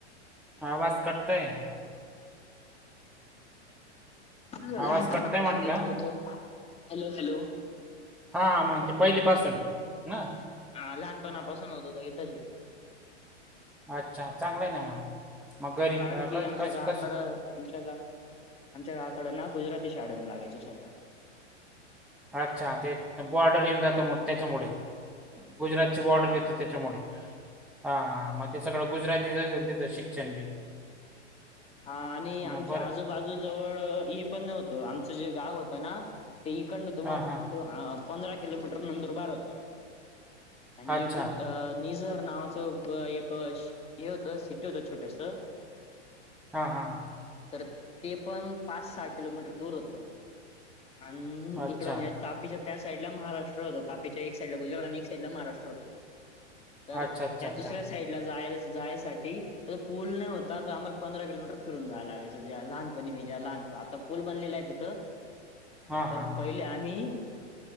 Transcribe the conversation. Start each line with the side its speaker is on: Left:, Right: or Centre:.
Centre: आवाज कटतोय.
Left: लहानपणापासून
Centre: आवाज कटतोय म्हटलं
Left: इथं होतो हॅलो हॅलो.
Centre: हा म्हणजे पहिलीपासून ना.
Left: आ लहानपणापासून होता तो हितच आहे.
Centre: अच्छा चांगलं आहे ना मग. मग घरी
Left: कारण
Centre: अ,
Left: की
Centre: कस
Left: आमच्या
Centre: कसं
Left: गावाकडं
Centre: कसं
Left: आमच्या गा- आमच्या गावाकडं ना गुजराती शाडन लागायचे सगळ्या.
Centre: अच्छा ते त- बोर्डात येऊन जातं मग त्याच्यामुळे. गुजरातची बॉर्डर
Left: हा.
Centre: येते त्याच्यामुळे. हा ह मग ते सगळं गुजरातीचं असेल तिचं शिक्षण बी.
Left: हा आणि
Centre: मग
Left: आमच्या
Centre: बरं
Left: आजूबाजू जवळ हे पण नव्हतं आमचं जे गाव होत ना. ते इकडनं तुम्हाला
Centre: हां
Left: सांगतो
Centre: हां
Left: पंधरा किलोमीटर नंदुरबार होतं. आणि जे
Centre: अच्छा
Left: गुज- अ निझर नावाचं एक हे होतं सिट होत छोटंसं.
Centre: हा हा हा.
Left: तर ते पण पाच सहा किलोमीटर दूर होत आणि
Centre: अच्छा
Left: इकड म्हणजे सात- तापीच्या त्या साईटला महाराष्ट्र होतं. तापीचा एक साईटला गुजरात आणि एक साईटला महाराष्ट्र होतं. तर
Centre: अच्छा अच्छा
Left: त्या दुसऱ्या
Centre: अच्छा
Left: साईडला जायला जायसाठी पूल ते नाही होता तर आम्हाला पंधरा किलोमीटर फिरून जायला लागायचं जेव्हा लहानपणी मी जेव्हा लहानपण -आता पूल बनलेला आहे तिथं.
Centre: हां
Left: तर
Centre: हां हां
Left: पहिले आम्ही